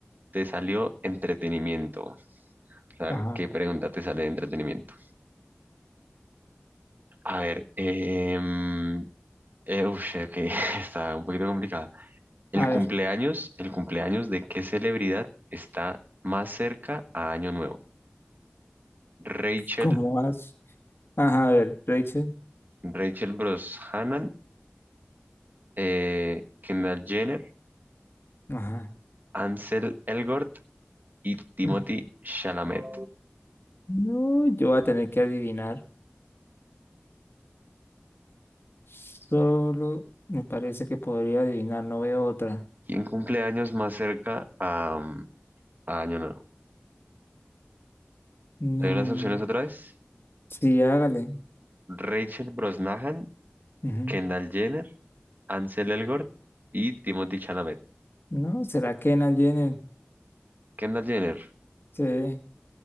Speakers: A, on the right (about 45°); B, on the left (about 60°).
A: te salió entretenimiento. O sea,
B: ajá.
A: ¿qué pregunta te sale de entretenimiento? A ver, em, eh, ush, ok, <laughs> está un poquito complicada. El
B: A
A: cumpleaños,
B: ver,
A: el cumpleaños de qué celebridad está más cerca a Año Nuevo? Rachel,
B: ¿cómo vas? Ajá, a ver, Rachel.
A: Rachel Brosnahan, eh, Kendall Jenner,
B: Ajá.
A: Ansel Elgort y Timothy
B: Mm.
A: Chalamet.
B: No, yo voy a tener que adivinar. Solo me parece que podría adivinar, no veo otra.
A: ¿Quién cumple años más cerca a, a Año Nuevo?
B: No.
A: Te doy las opciones otra vez.
B: Sí, hágale.
A: Rachel Brosnahan,
B: Ujú.
A: Kendall Jenner, Ansel Elgort y Timothy Chalamet.
B: No, ¿será que en Jenner?
A: Kendall Jenner,
B: Sí,